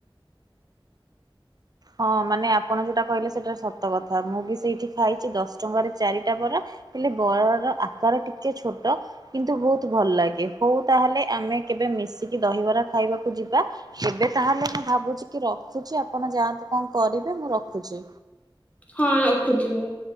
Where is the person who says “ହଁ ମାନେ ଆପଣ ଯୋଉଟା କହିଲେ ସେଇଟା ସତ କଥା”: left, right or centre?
Right